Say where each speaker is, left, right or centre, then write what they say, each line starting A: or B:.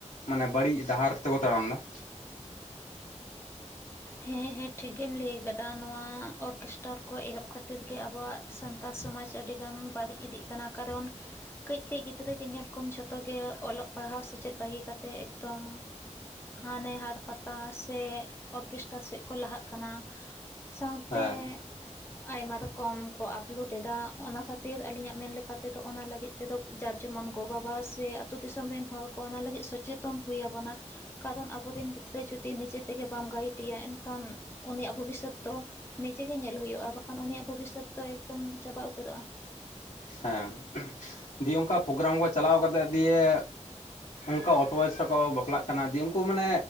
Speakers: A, on the left; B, on the left.
A: ᱢᱟᱱᱮ ᱵᱟᱹᱲᱤᱡ ᱰᱟᱦᱟᱨ ᱛᱮᱠᱚ ᱛᱟᱲᱟᱢᱫᱟ᱾
B: ᱦᱮᱸ ᱦᱮᱸ ᱴᱷᱤᱠ ᱞᱟᱹᱭ ᱠᱟᱫᱟ ᱱᱚᱣᱟ ᱚᱨᱠᱮᱥᱴᱟᱨ ᱠᱚ ᱮᱦᱚᱵ ᱠᱷᱟᱹᱛᱤᱨ ᱜᱮ ᱟᱵᱚᱣᱟᱜ ᱥᱟᱱᱛᱟᱲ ᱥᱚᱢᱟᱡᱽ ᱟᱹᱰᱤ ᱜᱟᱱ ᱵᱟᱹᱲᱤᱡ ᱤᱫᱤᱜ ᱠᱟᱱᱟ ᱠᱟᱨᱚᱱ ᱠᱟᱹᱡ ᱠᱟᱹᱡ ᱜᱤᱫᱽᱨᱟᱹ ᱜᱮ ᱧᱮᱞ ᱠᱚᱢ ᱡᱷᱚᱛᱚ ᱜᱮ ᱚᱞᱚᱜ ᱯᱟᱲᱦᱟᱣ ᱥᱮᱪᱮᱫ ᱵᱟᱹᱜᱤ ᱠᱟᱛᱮ ᱮᱠᱫᱚᱢ ᱦᱟᱱᱮ ᱦᱟᱴ ᱯᱟᱛᱟ ᱥᱮ ᱚᱨᱜᱮᱥ ᱥᱮᱜ ᱠᱚ ᱞᱟᱦᱟᱜ ᱠᱟᱱᱟ ᱥᱟᱶᱛᱮ
A: ᱦᱮᱸ
B: ᱟᱭᱢᱟ ᱨᱚᱠᱚᱢ ᱠᱚ ᱟᱯᱞᱳᱰ ᱮᱫᱟ, ᱚᱱᱟ ᱠᱷᱟᱹᱛᱤᱨ ᱟᱹᱞᱤᱧᱟᱜ ᱢᱮᱱ ᱞᱮᱠᱟ ᱛᱮᱫᱚ ᱚᱱᱟ ᱞᱟᱹᱜᱤᱜ ᱛᱮᱫᱚ ᱡᱟᱨ ᱡᱮᱢᱚᱱ ᱜᱚ ᱵᱟᱵᱟ ᱥᱮ ᱟᱛᱳ ᱫᱤᱥᱚᱢ ᱨᱮᱱ ᱦᱚᱲ ᱠᱚ ᱚᱱᱟ ᱞᱟᱹᱜᱤᱜ ᱥᱚᱪᱮᱛᱚᱱ ᱦᱳᱭ ᱟᱵᱚᱱᱟ᱾ ᱠᱟᱨᱚᱱ ᱟᱵᱚᱨᱮᱱ ᱜᱤᱫᱽᱨᱟᱹ ᱡᱩᱫᱤ ᱱᱤᱡᱮ ᱛᱮᱜᱮ ᱵᱟᱢ ᱜᱟᱭᱤᱰ ᱮᱭᱟ ᱮᱱᱠᱷᱟᱱ ᱩᱱᱤᱭᱟᱜ ᱵᱷᱚᱵᱤᱥᱥᱚᱛ ᱫᱚ ᱱᱤᱡᱮ ᱜᱮ ᱧᱮᱞ ᱦᱳᱭᱳᱜᱼᱟ ᱾ᱵᱟᱠᱷᱟᱱ ᱩᱱᱤᱭᱟᱜ ᱵᱷᱚᱵᱤᱥᱥᱚᱛ ᱫᱚ ᱮᱠᱫᱚᱢ ᱪᱟᱵᱟ ᱩᱛᱟᱹᱨᱚᱜᱼᱟ᱾
A: ᱦᱮᱸ ᱫᱤᱭᱮ ᱚᱱᱠᱟ ᱯᱨᱳᱜᱨᱟᱢ ᱠᱚ ᱪᱟᱞᱟᱣ ᱠᱟᱛᱮᱜ ᱫᱤᱭᱮ ᱚᱱᱠᱟ ᱚᱞᱯᱚ ᱵᱚᱭᱮᱥ ᱨᱮᱠᱚ ᱵᱟᱯᱞᱟᱜ ᱠᱟᱱᱟ ᱫᱤᱭᱮ ᱩᱱᱠᱩ ᱢᱟᱱᱮ